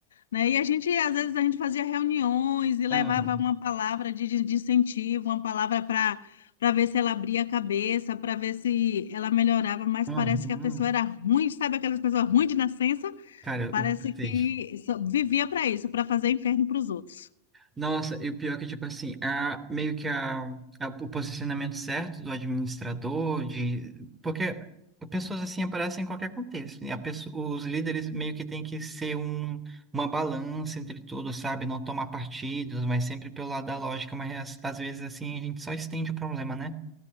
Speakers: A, on the left; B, on the right.
A: né? E a gente, às vezes, a gente fazia reuniões e levava
B: Ah,
A: uma palavra de, de- de incentivo, uma palavra para para ver se ela abria a cabeça, para ver se ela melhorava, mas
B: aham.
A: parece que a pessoa era ruim, sabe aquelas pessoas ruins de nascença?
B: Cara, eu
A: Parece
B: eu sei.
A: que só vivia para isso, para fazer inferno para os outros.
B: Nossa, e o pior é que, tipo assim, a, meio que a, a- o posicionamento certo do administrador, de, porque pessoas assim aparecem em qualquer contexto, né? A pessoa, os líderes meio que têm que ser um, uma balança entre tudo, sabe? Não tomar partidos, mas sempre pelo lado da lógica, mas às às vezes assim a gente só estende o problema, né?